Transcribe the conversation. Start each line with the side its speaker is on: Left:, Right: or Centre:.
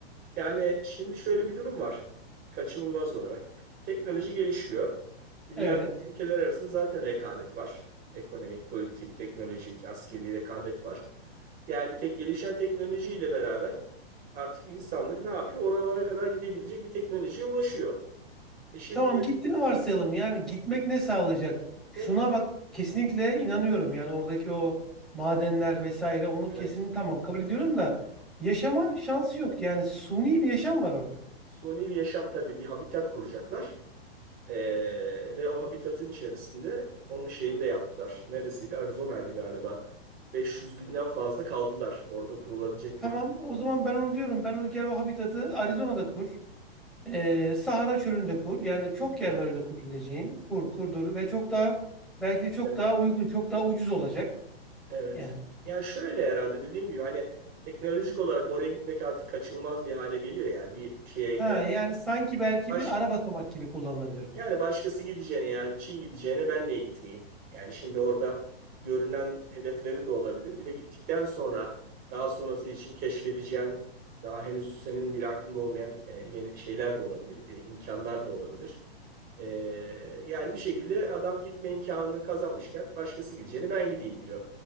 Right: Yani şimdi şöyle bir durum var kaçınılmaz olarak. Teknoloji gelişiyor. Dünyadaki
Centre: Evet.
Right: ülkeler arasında zaten rekabet var. Ekonomik, politik, teknolojik, askeri rekabet var. Yani tek gelişen teknolojiyle beraber artık insanlık ne yapıyor? Oralara kadar gidebilecek bir teknolojiye ulaşıyor. E şimdi
Centre: Tamam gittiğini varsayalım. Yani gitmek ne sağlayacak?
Right: gitmek,
Centre: Şuna bak kesinlikle inanıyorum. Yani oradaki o madenler vesaire onu
Right: evet,
Centre: kesin tamam kabul ediyorum da yaşama şansı yok. Yani suni bir yaşam var orada.
Right: suni bir yaşam tabii bir habitat kuracaklar. Ee, ve o habitatın içerisinde onun şeyini de yaptılar. Neresiydi? Arizona'ydı galiba. 500 günden fazla kaldılar. Orada kurulabilecek
Centre: Tamam,
Right: bir habitat.
Centre: o zaman ben onu diyorum. Ben o gel o habitatı Arizona'da kur. Ee, Sahara Çölü'nde kur. Yani çok yer
Right: Evet,
Centre: var öyle kurabileceğin. Kur, kurdur ve çok daha belki de çok
Right: evet,
Centre: daha uygun, çok daha ucuz olacak.
Right: evet.
Centre: Yani.
Right: Yani şöyle herhalde dediğim gibi hani teknolojik olarak oraya gitmek artık kaçınılmaz bir hale geliyor yani bir şeye
Centre: Ha,
Right: o-
Centre: yani sanki belki
Right: baş
Centre: bir ara basamak gibi kullanılabilir
Right: Yani
Centre: bu.
Right: başkası gideceğine yani Çin gideceğine ben niye gitmeyeyim? Yani şimdi orada görünen hedeflerin de olabilir. Bir de gittikten sonra daha sonrası için keşfedeceğin daha henüz senin bile aklında olmayan e, yeni şeyler de olabilir, e, imkanlar da olabilir. E, yani bir şekilde adam gitme imkanını kazanmışken başkası gideceğine ben gideyim diyor.